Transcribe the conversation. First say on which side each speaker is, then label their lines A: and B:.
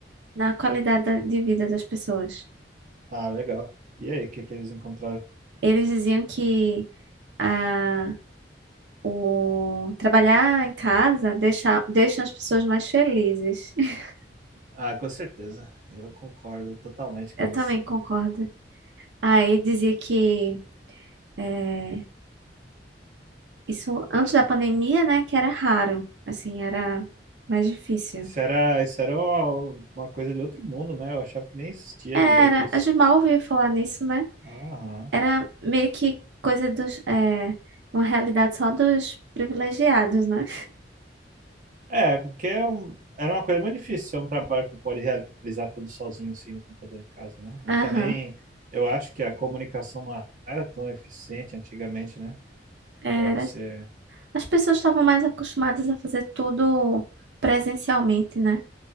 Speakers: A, on the right; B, on the right.
A: na qualidade da- de vida das pessoas.
B: Ah, legal. E aí, o que que eles encontraram?
A: Eles diziam que a, o trabalhar em casa deixa, deixa as pessoas mais felizes. <laughs>
B: Ah, com certeza. Eu concordo totalmente
A: Eu
B: com isso.
A: também concordo. Aí dizia que eh, Isso antes da pandemia, né? Que era raro. Assim, era mais difícil.
B: Isso era, isso era uma, uma coisa de outro mundo, né? Eu achava que nem existia
A: Era,
B: direito isso.
A: a gente mal ouvia falar nisso, né?
B: Aham.
A: Era meio que coisa dos. É, uma realidade só dos privilegiados, né?
B: É, porque é um- era uma coisa muito difícil ser um trabalho que tu pode realizar tudo sozinho, assim, no computador em casa, né?
A: Aham.
B: E também eu acho que a comunicação não era tão eficiente antigamente, né?
A: Era.
B: Para você.
A: As pessoas estavam mais acostumadas a fazer tudo presencialmente, né?